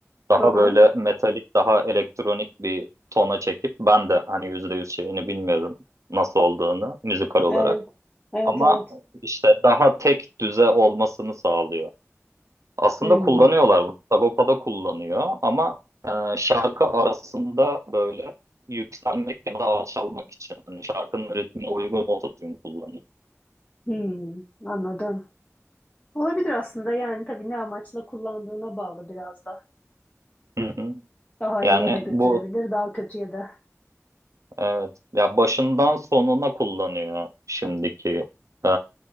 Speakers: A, on the right; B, on the left.
A: daha
B: Aha.
A: böyle metalik daha elektronik bir tona çekip ben de hani yüzde yüz şeyini bilmiyorum nasıl olduğunu müzikal olarak
B: Evet. Evet
A: ama
B: evet.
A: işte daha tek düze olmasını sağlıyor. Aslında
B: Hmm.
A: kullanıyorlar bunu. Sagopa'da kullanıyor ama e, şarkı arasında böyle yükselmek ya da alçalmak için hani şarkının ritmine uygun autotune kullanıyor.
B: Hmm. Anladım. Olabilir aslında yani tabii ne amaçla kullandığına bağlı biraz da.
A: Hı hı.
B: Daha
A: Yani
B: iyiye de götürebilir,
A: bu
B: daha kötüye de.
A: evet ya başından sonuna kullanıyor şimdiki e,